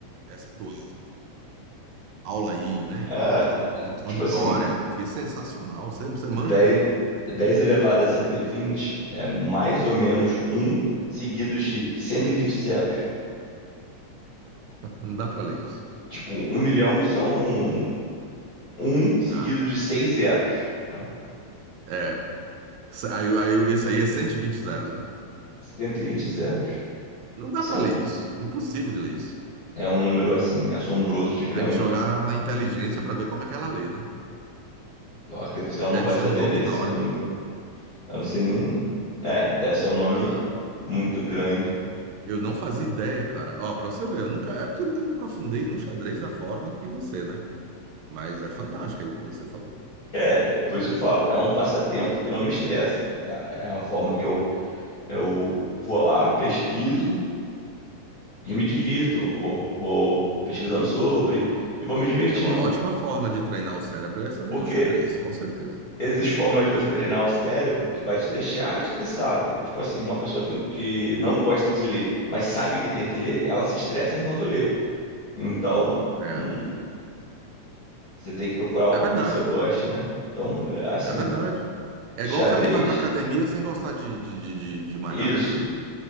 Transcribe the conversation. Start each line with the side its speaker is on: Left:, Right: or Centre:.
Right: essa tua aula aí, né?
Left: É,
Right: Introdu- Introdutória,
Left: tipo assim,
Right: porque é sensacional. Você, você manja
Left: 10
Right: muito.
Left: 10 elevado a 120 é mais ou menos um seguidos de 120 zeros.
Right: Não dá pra ler isso.
Left: Tipo, um milhão são um seguido
Right: Ah,
Left: de 6 zeros, né?
Right: É. Essa- Aí, aí, esse aí é 120 zeros, né?
Left: cento e vinte zeros.
Right: Não dá
Left: São,
Right: pra ler isso. Impossível de ler isso.
Left: é um número, assim, assombroso de grande.
Right: Tem que jogar na inteligência pra ver como é que ela lê, né?
Left: Eu acredito
Right: E
Left: que ela
Right: deve
Left: não vai
Right: ser
Left: saber
Right: um nome
Left: ler
Right: enorme.
Left: esse número. Eu não sei nem... É, deve ser um nome
Right: Cara,
Left: muito grande.
Right: eu não fazia ideia, cara. Ó, pra você ver, eu nunca. É porque eu nunca me aprofundei no xadrez da forma que você, né? Mas é fantástico aí o que você falou.
Left: É, por isso que eu falo, é um passatempo que não me estressa. É, a é a forma que eu, eu vou lá, pesquiso, e me divirto, vou, vou pesquisando sobre
Right: Ó,
Left: e vou me divertindo.
Right: É uma ótima forma de treinar o cérebro, é essa daí
Left: Porque
Right: do xadrez, com certeza.
Left: existe formas de você treinar o cérebro que vai te deixar estressado. Tipo assim, uma pessoa que, que não gosta de ler, mas sabe que tem que ler, ela se estressa enquanto lê. Então,
Right: É.
Left: hum, você tem que procurar algo
Right: É
Left: que
Right: verdade.
Left: você goste, né? Então, é assim,
Right: É verdade. É
Left: xadrez,
Right: igual o cara que vai pra academia sem gostar de, de, de, de de malhar.
Left: isso.